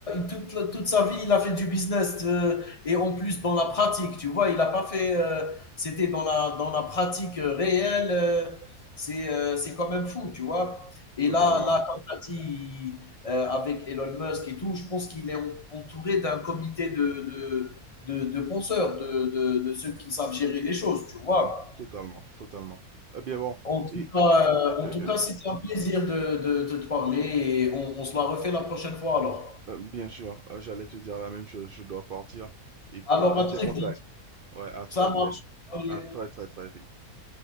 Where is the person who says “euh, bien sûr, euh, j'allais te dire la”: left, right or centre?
Right